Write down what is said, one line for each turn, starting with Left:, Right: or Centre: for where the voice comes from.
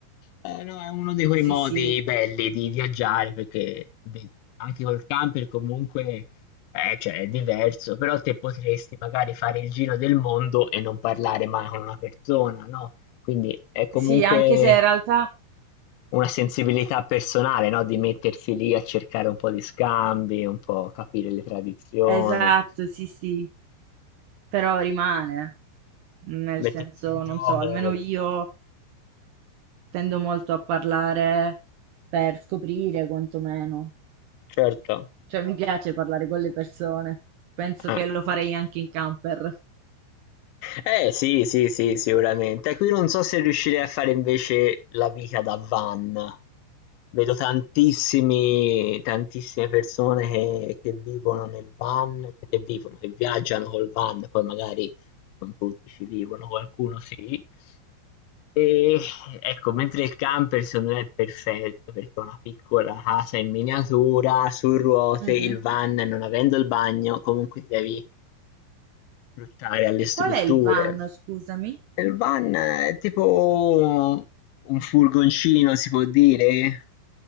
Left: Eh, no, è uno di quei
Right: Sì,
Left: modi
Right: sì,
Left: belli di viaggiare perché beh, anche col camper comunque eh, cioè, è diverso, però te potresti magari fare il giro del mondo e non parlare mai con una persona, no? Quindi è comunque
Right: sì, anche se in realtà,
Left: una sensibilità personale, no? Di mettersi lì a cercare un po' di scambi, un po' capire le tradizioni,
Right: esatto, sì, sì, però rimane, nel
Left: mettersi
Right: senso,
Left: in
Right: non
Left: gioco,
Right: so, almeno io... tendo molto a parlare per scoprire quantomeno,
Left: certo.
Right: cioè mi piace parlare con le persone. Penso
Left: eh.
Right: che lo farei anche in camper.
Left: Eh sì, sì, sì, sicuramente. Qui non so se riuscirei a fare invece la vita da van. Vedo tantissimi, tantissime persone che, che vivono nel van, che vivono, che viaggiano col van, poi magari non tutti ci vivono, qualcuno sì. E ecco, mentre il camper secondo me è perfetto perché è una piccola casa in miniatura, su ruote,
Right: Mhm.
Left: il van non avendo il bagno, comunque ti devi approcciare alle strutture.
Right: Qual è il van, scusami?
Left: Il van è tipo un furgoncino si può dire?